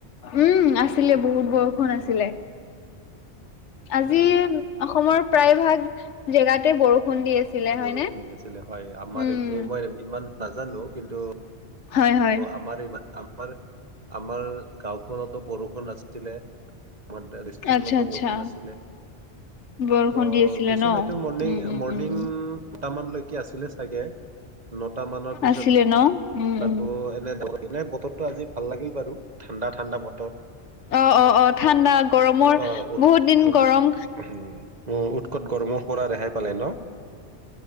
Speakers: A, on the left; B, on the right.
A: উম আছিলে বহুত বৰষুণ আছিলে
B: অ
A: আজি
B: ত-
A: অসমৰ প্ৰায় ভাগ জেগাতে বৰষুণ <unintelligible> আছিলে
B: বৰষুণ
A: হয়নে?
B: দি আছিলে হয় আমাৰ
A: উম
B: এইখিন মই ইমান নাজানো কিন্তু
A: হয় হয়
B: আমাৰ- আমাৰ আমাৰ গাঁওখনত। বৰষুণ আাছিলে। আাৰ এষ্ট্ৰিকত
A: আচ্ছা আচ্ছা
B: গমেণ্ট আছিলে-
A: বৰষুণ
B: ত
A: দি আছিলে
B: বেছি
A: ন।
B: নাইতো মৰ্ণিং
A: উম উম
B: মৰ্ণিংট
A: উম
B: মানলৈকে আছিলে চাগে নট মানৰ পিছত
A: আছিলে ন উম উম
B: আকৌ এনে ব ো আজি ভাল লাগিল বাৰু ঠাণ্ডা ঠাণ্ডা মতৰ
A: অ অ অ ঠাণ্ডা গৰমৰ
B: আহ উৎ
A: বহুত দিন
B: উৎ
A: গৰম।
B: উম! উ উৎকট গৰমৰ পৰা ৰেহাই পালে ন